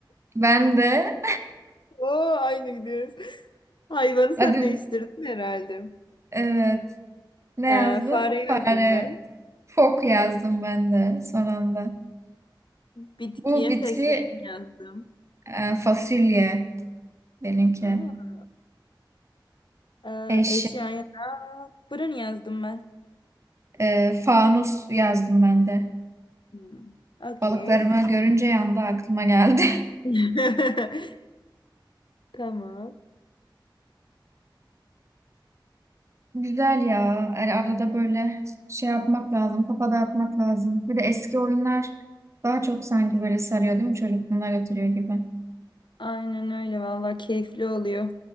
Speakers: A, on the right; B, on the left.
A: ben de
B: <laughs> Oo, aynı gidiyoruz. Hayvanı
A: hadi
B: sen değiştirdin herhalde.
A: evet Ne
B: Ee,
A: yazdın?
B: fare yazdım
A: Fare.
B: ben.
A: Fok yazdım ben de son anda.
B: Bitkiye
A: Bu bitki
B: fesleğen yazdım.
A: e, fasulye benimki.
B: Aa. Ee,
A: Eşya.
B: eşyaya da fırın yazdım ben.
A: e, fanus yazdım ben de.
B: Hmm. Okey.
A: Balıklarımı görünce yanda aklıma geldi.
B: <laughs> Tamam.
A: <laughs> Güzel ya. Yani arada böyle şey yapmak lazım. Kafa dağıtmak lazım. Bir de eski oyunlar daha çok sanki böyle sarıyor değil mi? Çocukluğuna götürüyor gibi.
B: Aynen öyle Vallahi keyifli oluyor.